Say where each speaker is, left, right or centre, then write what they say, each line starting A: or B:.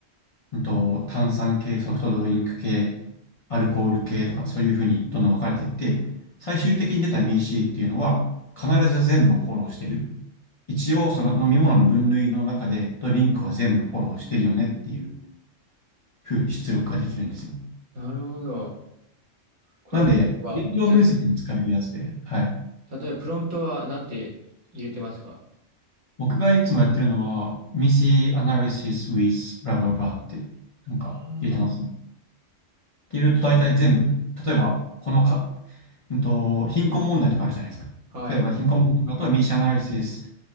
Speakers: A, on the left; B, on the right.
A: えっと、炭酸系、ソフトドリンク系、アルコール系とか、そういうふうにどんどん分かれていって、最終的に出た MEC っていうのは、必ず全部をフォローしてる。一応、その飲み物の分類の中で、ドリンクは全部フォローしてるよねっていうふうに出力ができるんですよ。
B: なるほど。これは、
A: なんで、
B: 例えば、
A: 現状分析に使えるやつで、
B: じゃあ
A: はい。
B: 例えばプロントはなんて入れてますか
A: 僕がいつもやってるのは、ミシ s i Analysis with blah blah blah って、なんか入れてますね。
B: あ
A: って入れると大体全部、例えば、このか、うんと、貧困問題とかあるじゃないですか。
B: あ、はい。
A: 例えば、貧困問題、あとはミ i s i Analysis